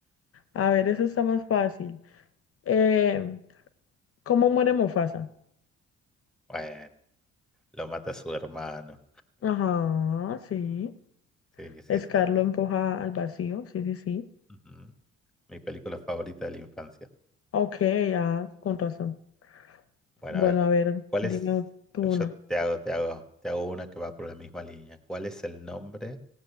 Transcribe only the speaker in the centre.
Bueno, lo mata su hermano.
Sí, sí,
sí,
sí,
sí.
Ujú. Mi película favorita de la infancia.
Bueno,
a ver,
¿cuál
es?
Yo
te hago, te hago, te hago una que va por la misma línea. ¿Cuál es el nombre